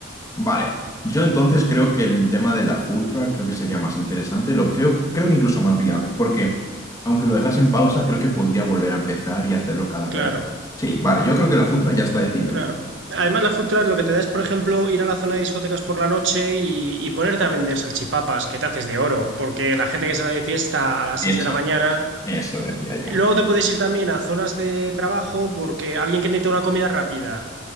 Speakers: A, on the left; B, on the right.
A: Vale. Yo entonces creo que el tema de la food truck creo que sería más interesante, lo creo, creo que incluso más viable, porque aunque lo dejas en pausa, creo que podría volver a empezar y hacerlo cada
B: Claro,
A: verano. Sí, vale, yo creo que la food truck ya está decidido.
B: claro.
A: entonces.
B: Además, la food truck lo que te da es, por ejemplo, ir a la zona de discotecas por la noche y, y ponerte a vender salchipapas, que te haces de oro, porque la gente que sale de fiesta a las
A: Eso,
B: 6 de la mañana.
A: eso decía yo.
B: Luego te puedes ir también a zonas de trabajo porque alguien que necesita una comida rápida,